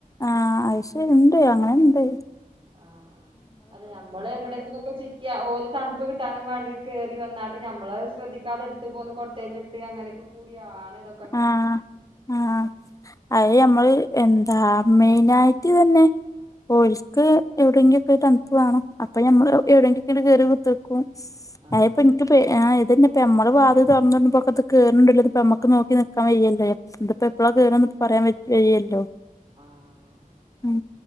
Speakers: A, on the left (about 25°); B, on the right (about 40°).
A: ആഹ് അയ്ശെ ഇണ്ട് അങ്ങെനെണ്ട്
B: ആഹ് ആഹ് അതെ ഞമ്മള് എവിടെങ്കിലും പ്പ ചിക്ക്യാ ഓല് തൺപ്പ് കിട്ടാനും മാണ്ടി കേറി വന്നാട്ട് ഞമ്മളത് ശ്രെദ്ധിക്കാതെട്ത്ത് പോന്ന് കൊട്ടേല് ഈ അങ്ങനൊക്കെ കൂടിയാണ് ഇതൊ
A: ആഹ് ആഹ് അഹ് ഞമ്മള് എന്താ മെയിനായിട്ട്തെന്നെ ഓൽസ്ക്ക് എവിടെങ്കിലോക്കെ തണ്പ്പ് വേണം, അപ്പൊ ഞമ്മള് എവിടെങ്കിക് കേറി <unintelligible>
B: ആഹ്
A: അഹ്പ്പൊ ഇൻക്ക്പ്പോ ആഹ് ഇതന്നെ പ്പോ മ്മള് വാതില് തുറന്നിട്മ്പോക്ക് അത് കേറണുണ്ടേലത് പ്പ മ്മക്ക് നോക്ക് ക്കി നിക്കാൻ വയ്യല്ലോ, ഇത്‌പ്പോ എപ്പളാ കേറാന്ന് പറയാൻ പറ്റ് കഴിയില്ലല്ലോ
B: ആഹ് ആഹ്
A: ഉം